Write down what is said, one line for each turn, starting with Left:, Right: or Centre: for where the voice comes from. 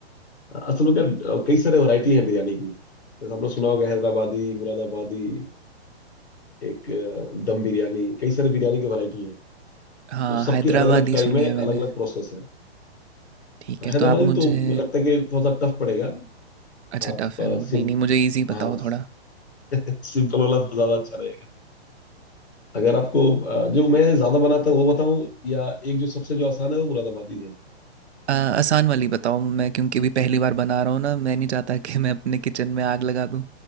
Left: असल में क्या अ, कई सारे वैरायटी है बिरयानी की जैसे आपने सुना होगा हैदराबादी मुरादाबादी एक अ, दम बिरयानी कई सारे बिरयानी की वैरायटी है तो
Right: हाँ,
Left: सबकी
Right: हैदराबादी
Left: अलग अलग टाइम
Right: सुनी
Left: है
Right: है
Left: अलग
Right: मैंने।
Left: अलग प्रोसेस है
Right: ठीक
Left: हाँ,
Right: है,
Left: हैदराबादी
Right: तो आप मुझे
Left: तो मुझे लगता है कि थोड़ा सा टफ पड़ेगा
Right: अच्छा
Left: आप
Right: टफ़
Left: अ,
Right: है वो। नहीं,
Left: सिम
Right: नहीं मुझे ईज़ी
Left: हाँ
Right: बताओ
Left: <laughs>
Right: थोड़ा।
Left: सिंपल वाला तो ज्यादा अच्छा रहेगा अगर आपको अ, जो मैं ज्यादा बनाता हूँ वो बताऊं या एक जो सबसे जो आसान है वो मुरादाबादी है
Right: अ, आसान वाली बताओ मैं क्योंकि अभी पहली बार बना रहा हूँ ना, मैं नहीं चाहता कि मैं अपने किचन में आग लगा दूँ।